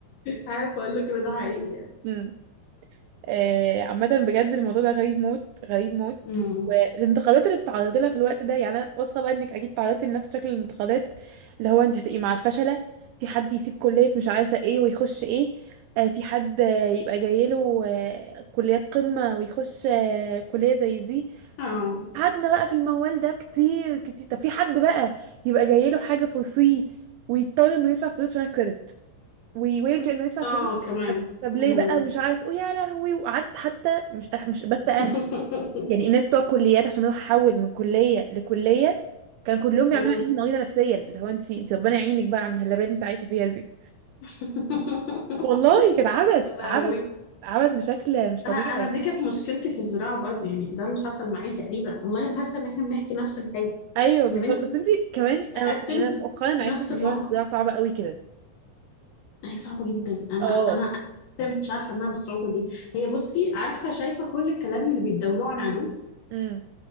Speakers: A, on the left; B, on the right.
A: عارف اقول لك ان ده حقيقي يعني
B: ايوه آه، عامة بجد الموضوع ده غريب موت غريب موت
A: امم
B: والانتقادات اللي بتتعرضي لها في الوقت ده يعني انا واثقه بقى انك اكيد تعرضتي لنفس شكل الانتقادات اللي هو انت هتبقي مع الفشله في حد يسيب كليه مش عارفه ايه ويخش ايه آه، في حد آه، يبقى جايله آه، كليات قمه ويخش آه، كليه زي دي
A: اه
B: قعدنا بقى في الموال ده كتير كتير طب في حد بقى يبقى جايله حاجه فور فري ويضطر انه يدفع فلوس عشان الكريدت ويويل لانه يدفع
A: اه
B: فلوس
A: كمان
B: طب طب
A: امم
B: ليه بقى مش عارف ويا لهوي وقعدت حتى مش أه مش بس اهل
A: <laughs>
B: يعني الناس بتوع كليات عشان هو حول من كليه لكليه كان كلهم بيعملوا
A: أمم.
B: عيني مريضه نفسيا اللي هو انت انت ربنا يعينك بقى على المهلبيه اللي انت عايشه فيها دي
A: <laughs>
B: والله كان عبث
A: لهوي
B: عبث عبث بشكل مش طبيعي
A: انا انا
B: يعني.
A: دي كانت مشكلتي في الزراعه برضه يعني ده اللي حصل معايا تقريبا والله انا حاسه ان احنا بنحكي نفس الحاجه
B: ايوه بالظبط
A: يا بنتي
B: بس انت كمان
A: جيت اقدم
B: أنا- يعني انا مؤخرا
A: نفس
B: عرفت ان
A: الموقف
B: موضوع النزاع صعب قوي كده
A: هي صعبه جدا انا
B: اه
A: انا أنا ما كنتش عارفه انها بالصعوبه دي هي بصي عارفه شايفه كل الكلام اللي بيتداولوه عن علوم
B: امم